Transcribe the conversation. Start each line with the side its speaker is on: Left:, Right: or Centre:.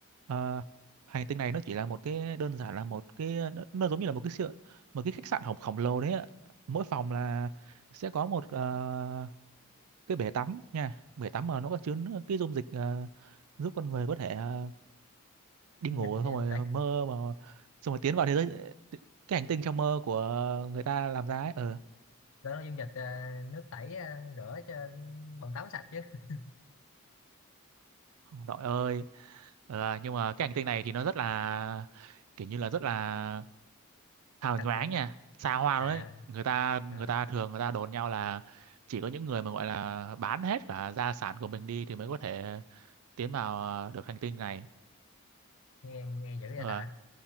Right: à, hành tinh này nó chỉ là một cái đơn giản là một cái nó, nó giống như là một cái sự một cái khách sạn khổng khổng lồ đấy ạ mỗi phòng là sẽ có một ờ, cái bể tắm nha bể tắm mà nó có chứa n- cái dung dịch ờ, giúp con người có thể ờ, đi
Left: Dung
Right: ngủ
Left: dịch
Right: xong rồi
Left: tẩy,
Right: mơ mà xong rồi tiến vào thế giới cái hành tinh trong mơ của người ta làm ra ấy ờ
Left: đó là dung dịch ờ, nước tẩy ờ, rửa cho bồn tắm sạch chứ, <laughs>
Right: đội ơi Ờ, nhưng mà cái hành tinh này thì nó rất là kiểu như là rất là hào
Left: sạch
Right: nhoáng
Left: sẵn
Right: nha
Left: mà.
Right: xa hoa
Left: À,
Right: luôn đấy người ta người
Left: à.
Right: ta thường người ta đồn nhau là chỉ có những người mà gọi là bán hết cả gia sản của mình đi thì mới có thể tiến vào ờ, được hành tinh này
Left: nghe nghe dữ vậy
Right: Ờ,
Left: ta